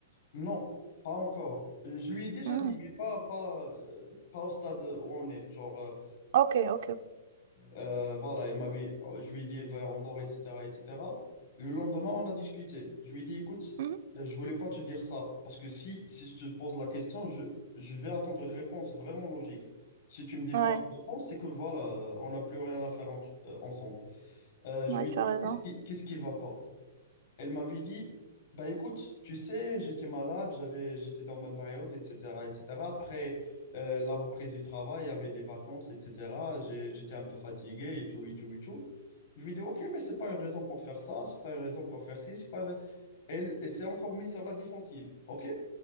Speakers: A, on the left (about 40°); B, on the right (about 50°).
A: Non, pas encore. Euh, Je lui ai déjà
B: Hmm.
A: dit, mais pas, pas, euh, pas au stade où on est. Genre, euh,
B: Ok, ok.
A: euh, voilà, elle m'avait, euh, je lui ai dit, va en dehors, etc., etc. Le lendemain, on a discuté. Je lui ai dit, écoute,
B: Mhm.
A: euh, je voulais pas te dire ça, parce que si, si je te pose la question, je, je vais attendre une réponse vraiment logique. Si tu me dis pas
B: Ouais,
A: une réponse, c'est que voilà, euh, on n'a plus rien à faire en- euh, ensemble. Euh,
B: ouais,
A: je lui
B: tu
A: ai dit,
B: as raison.
A: qu'est-ce qui, qu'est-ce qui va pas? Elle m'avait dit, bah écoute, tu sais, j'étais malade, j'avais, j'étais dans ma période, etc., etc. Après euh, la reprise du travail, il y avait des vacances, etc. J'ai- J'étais un peu fatigué et tout, et tout, et tout. Je lui ai dit, ok, mais c'est pas une raison pour faire ça, c'est pas une raison pour faire ci, c'est pas. une rais- Elle, elle s'est encore mise sur la défensive, ok?